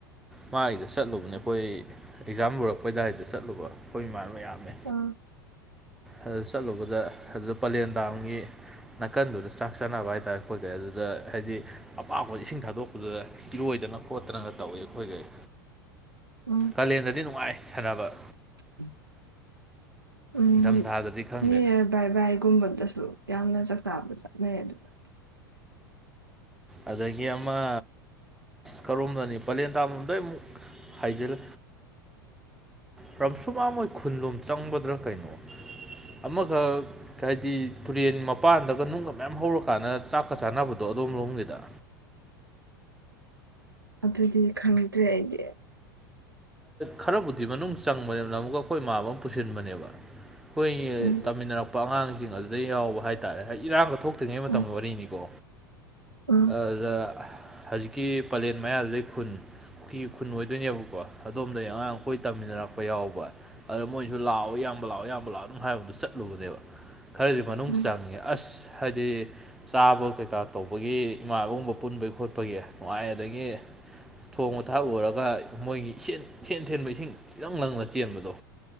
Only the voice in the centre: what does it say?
ꯃꯥꯒꯤꯗ ꯆꯠꯂꯨꯕꯅꯦ ꯑꯩꯈꯣꯏ ꯑꯦꯛꯖꯥꯝ ꯂꯣꯏꯔꯛꯄꯩ ꯗꯥꯏꯗ ꯆꯠꯂꯨꯕ ꯑꯩꯈꯣꯏ ꯏꯃꯥꯅꯕ ꯃꯌꯥꯝ ꯌꯥꯝꯃꯦ
ꯑꯗꯨ ꯆꯠꯂꯨꯕꯗ ꯑꯗꯨꯗ ꯄꯂꯦꯟ ꯗꯥꯝꯒꯤ ꯅꯥꯀꯟꯗꯨꯗ ꯆꯥꯛ ꯆꯥꯅꯕ ꯍꯥꯏꯇꯥꯔꯦ ꯑꯈꯣꯏꯒꯧ ꯑꯗꯨꯗ ꯍꯥꯏꯗꯤ ꯑꯄꯥꯛꯄꯥ ꯏꯁꯤꯡ ꯊꯥꯗꯣꯛꯄꯗꯨꯗ ꯏꯔꯣꯏꯗꯅ ꯈꯣꯠꯇꯅꯒ ꯇꯧꯋꯦ ꯑꯈꯣꯏꯒꯩ꯫
ꯀꯥꯂꯦꯟꯗꯗꯤ ꯅꯨꯡꯉꯥꯏ ꯁꯥꯟꯅꯕ
ꯅꯤꯡꯊꯝꯊꯥꯗꯗꯤ ꯈꯪꯗꯦ
ꯑꯗꯒꯤ ꯑꯃ ꯀꯔꯣꯝꯗꯅꯤ ꯄꯂꯦꯟ ꯇꯥꯕꯝꯗꯩ ꯑꯃꯨꯛ ꯍꯥꯏꯖꯤꯂ ꯄ꯭ꯔꯝꯁꯨꯃ ꯃꯣꯏ ꯈꯨꯟꯂꯣꯝ ꯆꯪꯕꯗ꯭ꯔꯥ ꯀꯩꯅꯣ ꯑꯃꯒ ꯍꯥꯏꯗꯤ ꯇꯨꯔꯦꯟ ꯃꯄꯥꯟꯗꯒ ꯅꯨꯡꯒ ꯃꯌꯥꯝ ꯍꯧꯔꯀꯥꯟꯗ ꯆꯥꯛꯀ ꯆꯥꯅꯕꯗꯣ ꯑꯗꯨꯣꯝ ꯂꯧꯒꯦ ꯗ
ꯈꯔꯕꯨꯗꯤ ꯃꯅꯨꯡ ꯆꯪꯕꯅꯦꯕꯅ ꯑꯃꯨꯛꯀ ꯑꯩꯈꯣꯏ ꯏꯃꯥꯕ ꯑꯃ ꯄꯨꯁꯤꯟꯕꯅꯦꯕ ꯑꯩꯈꯣꯏ
ꯇꯝꯃꯤꯟꯅꯔꯛꯄ ꯑꯉꯥꯡꯁꯤꯡ ꯑꯗꯨꯗꯩ ꯌꯥꯎꯕ ꯍꯥꯏꯇꯥꯔꯦ ꯏꯔꯥꯡꯒ ꯊꯣꯛ ꯐꯠꯇ꯭ꯔꯤꯉꯩ ꯃꯇꯝꯒꯤ
ꯋꯥꯔꯤꯅꯤꯀꯣ
ꯑꯗꯨꯗ ꯍꯧꯖꯤꯛꯀꯤ ꯄꯂꯦꯟ ꯃꯌꯥꯗꯨꯗꯩ ꯈꯨꯟ ꯐꯤ ꯈꯨꯟ ꯑꯣꯏꯗꯣꯏꯅꯦꯕꯀꯣ ꯑꯗꯣꯝꯗꯒꯤ ꯑꯉꯥꯡ ꯑꯩꯈꯣꯏ ꯇꯝꯃꯤꯟꯅꯔꯛꯄ ꯌꯥꯎꯕ ꯑꯗꯨꯗ ꯃꯣꯏꯁꯨ ꯂꯥꯛꯑꯣ ꯌꯥꯝ ꯑꯌꯥꯝꯕ ꯂꯥꯛꯑꯣ ꯑꯌꯥꯝꯕ ꯂꯥꯛꯑꯣ ꯑꯗꯨꯝ ꯍꯥꯏꯕꯗꯨ ꯆꯠꯂꯨꯕꯅꯦꯕ ꯈꯔꯗꯤ ꯃꯅꯨꯡ
ꯆꯪꯉꯦ ꯑꯁ ꯍꯥꯏꯗꯤ ꯆꯥꯕ ꯀꯩꯀꯥ ꯇꯧꯕꯒꯤ ꯏꯃꯥꯅꯕꯒꯨꯝꯕ ꯄꯨꯟꯕꯒꯤ ꯈꯣꯠꯄꯒꯤ ꯅꯨꯡꯉꯥꯏ ꯑꯗꯒꯤ ꯊꯣꯡꯕ ꯊꯥꯛ ꯎꯔꯒ ꯃꯣꯏꯒꯤ ꯏ ꯁꯦꯟ ꯊꯦꯟꯕ ꯏꯁꯤꯡ ꯏꯔꯪ ꯂꯪꯅ ꯆꯦꯟꯕꯗꯣ